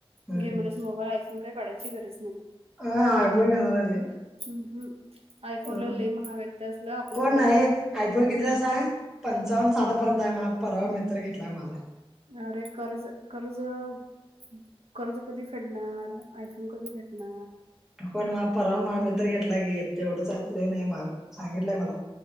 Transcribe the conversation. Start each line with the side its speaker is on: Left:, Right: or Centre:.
Centre: हम्म
Right: घे म्हणस मोबाईल आयफोन काय काढायची गरज नाही
Centre: हा आयफोन घेणाराय मी
Right: हम्म हम्म आयफोनला
Centre: अ
Right: लय महाग आहेत त्यासलं आपलं
Centre: कोण
Right: परवडत
Centre: नाही आयफोन कितीला हाय सांग? पंचावन्न -साठ पर्यंत आहे मा- परावा मित्र घेतलाय माझा
Right: अरे कर्ज -कर्ज <inaudible> कर्ज कधी फेडणार आयफोन कधी भेटणार
Centre: पण म परवा माया मित्र घेतलाय कि तेवढंचाय लय नाही महाग सांगितलाय मला